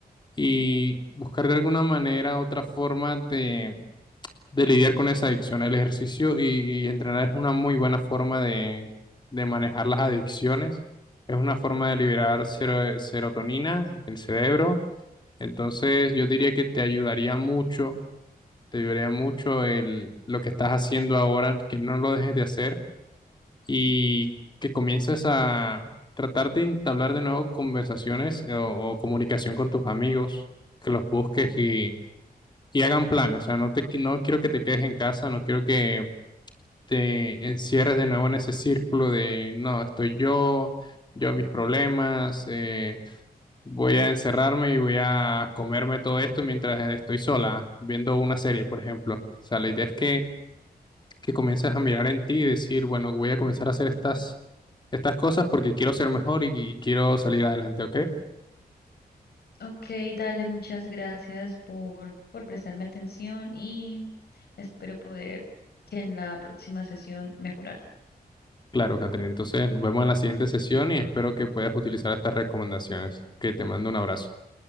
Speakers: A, on the left (about 30°); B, on the left (about 85°).
A: y buscar de alguna manera otra forma de, de lidiar con esa adicción. El ejercicio y, y entrenar es una muy buena forma de, de manejar las adicciones. Es una forma de liberar sero- serotonina del cerebro. Entonces, yo diría que te ayudaría mucho te ayudaría mucho el, lo que estás haciendo ahora, que no lo dejes de hacer y que comiences a tratar de entablar de nuevo conversaciones eh, o, o comunicación con tus amigos, que los busques y, y hagan planes. O sea, no te, qui- no quiero que te quedes en casa, no quiero que te encierres de nuevo en ese círculo de, no, estoy yo, yo mis problemas, eh, voy a encerrarme y voy a comerme todo esto mientras estoy sola viendo una serie, por ejemplo. O sea, la idea es que que comiences a mirar en ti y decir, bueno, voy a comenzar a hacer estas, estas cosas porque quiero ser mejor y, y quiero salir adelante, ¿ok?
B: Ok, dale, muchas gracias por, por prestarme atención y espero poder que en la próxima sesión mejorar.
A: Claro, Catherine. Entonces nos vemos en la siguiente sesión y espero que puedas utilizar estas recomendaciones. Que te mando un abrazo.